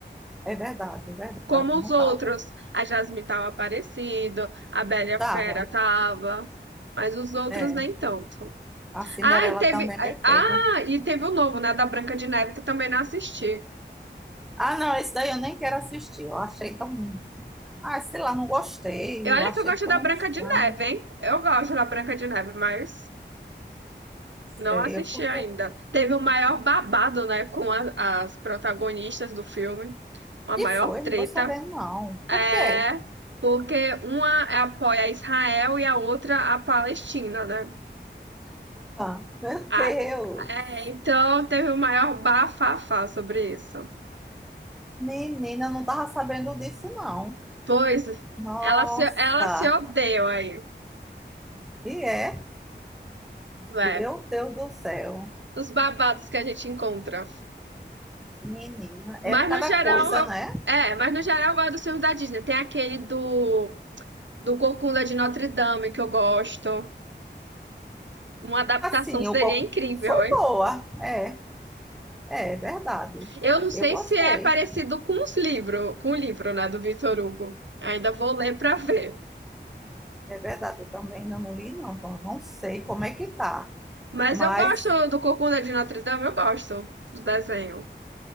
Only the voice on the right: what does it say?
Como
os outros,
a Jasmine tava aparecendo, a Bela e a
Fera tava, mas os outros
nem tanto.
Ah, e teve,
ah, e teve o novo, né, da Branca de Neve, que eu também não assisti.
E
olha
que eu gosto
da Branca
de Neve, hein? Eu gosto da Branca de Neve, mas não
assisti
ainda. Teve o maior babado, né, com a- as protagonistas do filme, uma
maior
treta.
É,
porque uma apoia Israel e a outra a Palestina, né?
Ah,
é, então teve o maior bafafá sobre isso.
Pois
ela se, ela se odeia aí,
é,
os babados que a gente encontra.
Mas
no geral,
eu-
é, mas no geral eu gosto dos filmes da Disney. Tem aquele do, do Corcunda de Notre Dame que eu gosto. Uma adaptação
seria
incrível,
hein?
Eu não sei
se é parecido com os livros, com o livro, né, do Victor Hugo. Ainda vou ler pra ver.
Mas
eu gosto do Corcunda de Notre Dame, eu gosto do desenho.